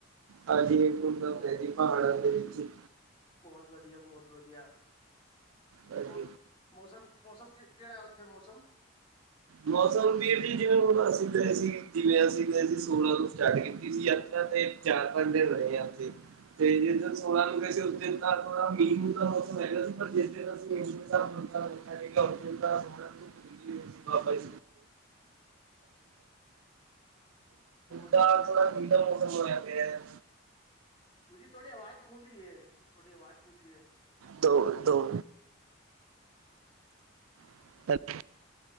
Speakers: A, on the right; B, on the left.
A: ਹਾਂਜੀ ਹੇਮਕੁੰਟ ਸਾਹਿਬ
B: ਉਹ
A: ਗਏ ਜੀ, ਪਹਾੜਾਂ
B: ਉਹ
A: ਦੇ
B: ਵੀਰ
A: ਵਿੱਚ।
B: ਜੀ ਬਹੁਤ ਵਧੀਆ, ਬਹੁਤ ਵਧੀਆ,
A: ਹਾਂਜੀ
B: ਔਰ ਮੌਸਮ, ਮੌਸਮ ਕੈੜਾ ਐ ੳਥੇ ਮੌਸਮ?
A: ਮੌਸਮ ਵੀਰ ਜੀ ਜਿਵੇਂ ਹੁਣ ਅਸੀਂ ਗਏ ਸੀ, ਜਿਵੇਂ ਅਸੀਂ ਗਏ ਸੀ, ਸੋਲਾਂ ਤੋਂ ਸਟਾਰਟ ਕੀਤੀ ਸੀ ਯਾਤਰਾ ਤੇ ਚਾਰ, ਪੰਜ ਦਿਨ ਰਏ ਆ ੳਥੇ। ਤੇ ਜਿਸ ਦਿਨ ਸੋਲਾਂ ਨੂੰ ਗਏ ਸੀ ੳਸ ਦਿਨ ਤਾਂ ਥੋੜਾ ਮੀਹ-ਮੂ ਦਾ ਮੌਸਮ ਹੈਗਾ ਸੀ, ਪਰ ਜਿਸ ਦਿਨ ਅਸੀ ਹੇਮਕੁੰਟ ਸਾਹਿਬ ਏਕ ਹਫਤੇ ਦਾ ਟੂਰ ਐ।
B: <inaudible>
A: <unintelligible> ਹੁਨ
B: ਬਹੁਤ
A: ਤਾ
B: ਵਧੀਆ
A: ਥੋੜਾ
B: ਬਹੁਤ
A: ਠੰਡਾ
B: ਵਧੀਆ
A: ਮੋਸਮ ਹੋਆ ਪੇਆ।
B: ਵੀਰ ਜੀ ਤੁਆਡੀ ਆਵਾਜ ਗੂੰਜ ਰੀ ਏ, ਤੁਆਡੀ ਆਵਾਜ ਗੂੰਜ ਰੀ ਏ।
A: ਦੋ, ਦੋ <inaudible>